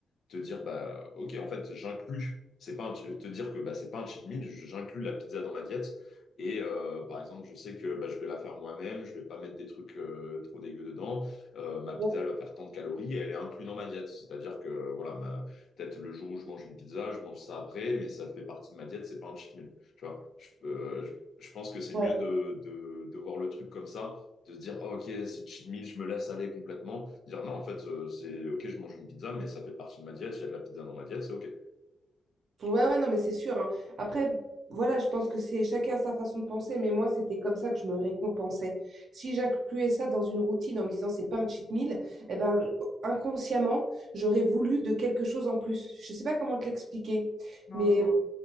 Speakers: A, on the left; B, on the right.
A: te dire bah ok en fait j'inclus. C'est pas un ch- te dire que bah c'est pas un cheat meal, je- j'inclus la pizza dans ma diète. Et euh, par exemple, je sais que bah, je vais la faire moi-même, je vais pas mettre des trucs euh, trop dégueux dedans. Euh, ma pizza
B: Ouais,
A: elle va faire tant de calories et elle est inclue dans ma diète. C'est-à-dire que voilà, ma, Peut-être le jour où je mange une pizza, je mange ça après, mais ça fait partie de ma diète, c'est pas un cheat meal. Tu vois, je, euh, je, je pense que c'est
B: ouais,
A: mieux de, de, de voir le truc comme ça, de se dire, Ah, ok, c'est cheat meal, je me laisse aller complètement. Dire, non, en fait, euh, c'est ok, je mange une pizza, mais ça fait partie de ma diète, il y a de la pizza dans ma diète, c'est ok.
B: ouais, non, mais c'est sûr. hein. Après, voilà, je pense que c'est chacun a sa façon de penser, mais moi, c'était comme ça que je me récompensais. Si j'incluais ça dans une routine en me disant c'est pas un cheat meal, eh ben, inconsciemment, j'aurais voulu de quelque chose en plus. Je sais pas comment te l'expliquer,
A: Non,
B: mais
A: Je vois.